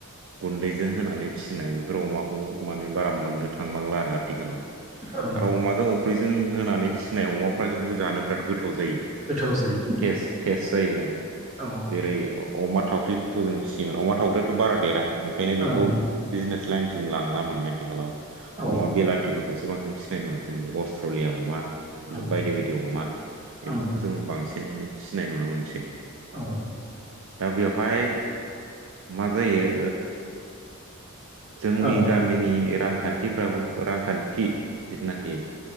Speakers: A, on the right; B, on the right.
A: गन्दै जों होनानै फिसिनाय बेफोर अमाखौ माने बारा मोननो थांबांला आरो दा। आथिखालाव
B: ओं
A: आरो अमाजों अख्रिजों होनानै फिसिनाय अमाफ्रा खिन्थु जानो बिराद गद
B: गोथाव जायो
A: जेस जायो।
B: औ ओं
A: जेरै अमा थावख्रिफोरखौ जों फिसियोमोन अमा थावख्रियाथ' बारा देरा ओंखायनो बेखौ
B: औ
A: बिजनेस लाइन। जोम लांला माने आथिखालाव
B: ओं
A: अमा बेलाथिफोरखौसो बांसिन सिनाय न जों अस्ट्रलिया अमा।
B: ओं
A: बायदि बायदि अमा बेफोरखौ
B: औ ओं
A: जों बांसिन माने फिनाय नुनो मोनसै।
B: औ।
A: दा बेवहाय मा जायो। जोंनि
B: ओं
A: गामिनि रांखान्थिफ्राबो रां। खान्थि जिथुनाखि